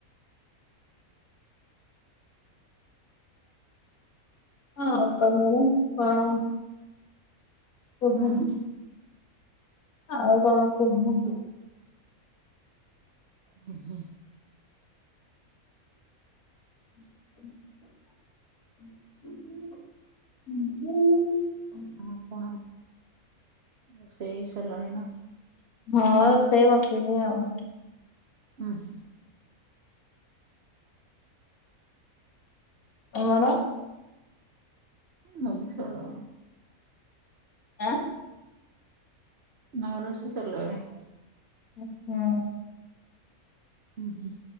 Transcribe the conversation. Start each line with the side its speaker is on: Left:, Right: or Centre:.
Left: ହଁ ଅ ମଡମ୍ କଣ <inaudible> କୁହ
Right: ହୁଁ।
Left: ଆଉ କଣ କହୁ
Right: ହୁଁ ହୁଁ।
Left: ହ ହ ହଁ ହ
Right: ହଁ ଆପଣ ରୋଷେଇ ସରଲାଣିନା?
Left: ହଁ ରୋଷେଇ ବସେଇଚି ଆଉ।
Right: ଉଁହୁଁ।
Left: ଆମର
Right: ନଉଥୁଲ
Left: ଆଁ?
Right: ନା ରୋଷେଇ ସରଲାଣି।
Left: ଅହଁ।
Right: ଉଁହୁଁ।